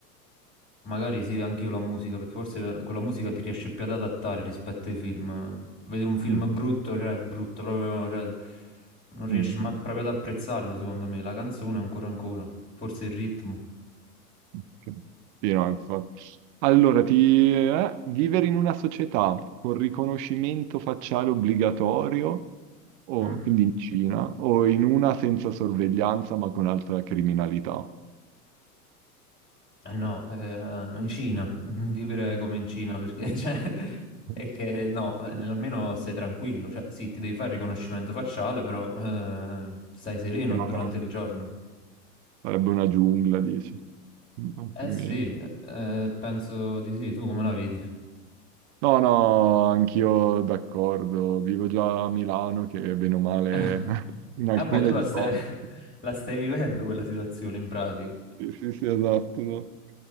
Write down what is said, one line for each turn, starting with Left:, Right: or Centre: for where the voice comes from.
Left: magari sì, anche io la musica, perché forse con la musica ti riesci più ad adattare rispetto ai film. Vedi un film
Right: Mm.
Left: brutto, cioè è brutto, proprio, cioè, non riesci
Right: Mm.
Left: ma- proprio ad apprezzarlo, secondo me. La canzone ancora ancora, forse il ritmo.
Right: Ok. Sì, no, infatti. Allora, ti, eh, vivere in una società con riconoscimento facciale obbligatorio, o,
Left: Mm?
Right: quindi in Cina, o in una senza sorveglianza ma con alta criminalità.
Left: Ah, No, eh, in Cina, <laughs> vivere come in Cina perché <laughs> cioè,
Right: <laughs>
Left: è che no, eh,
Right: Sì,
Left: almeno stai tranquillo, cioè sì, ti devi fare il riconoscimento facciale, però eh, stai sereno
Right: no,
Left: durante
Right: però
Left: il giorno.
Right: sarebbe una giungla, dici. Altrimenti.
Left: Eh sì, eh, penso di sì, tu come la vedi?
Right: No, no, anch'io d'accordo. Vivo già a Milano, che bene o male
Left: <laughs> Ah,
Right: <laughs> in alcune
Left: Vabbè, tu la
Right: zone.
Left: stai, <laughs> la stai vivendo quella situazione in pratica.
Right: Sì, sì, sì, esatto. no.